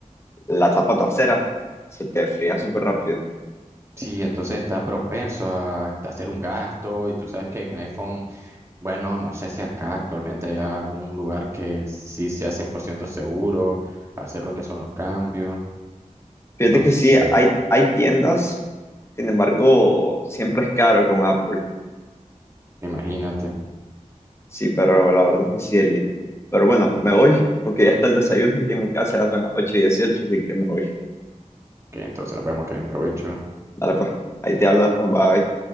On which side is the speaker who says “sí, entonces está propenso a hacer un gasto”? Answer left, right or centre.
Right